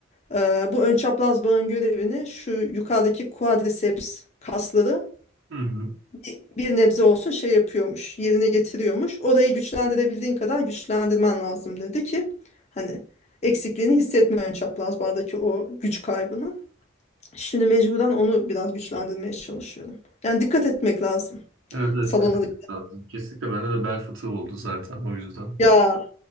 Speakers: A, on the left; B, on the right.
A: eee, bu ön çapraz bağın görevini şu yukarıdaki quadriceps kasları
B: Hı hı.
A: bir, bir nebze olsun şey yapıyormuş. Yerine getiriyormuş. Orayı güçlendirebildiğin kadar güçlendirmen lazım dedi ki hani eksikliğini hissetme ön çapraz bağdaki o güç kaybını. Şimdi mecburen onu biraz güçlendirmeye çalışıyorum. Yani dikkat etmek lazım
B: Evet evet
A: salona.
B: dikkat etmek lazım. Kesinlikle bende de bel fıtığı oldu zaten o yüzden.
A: Ya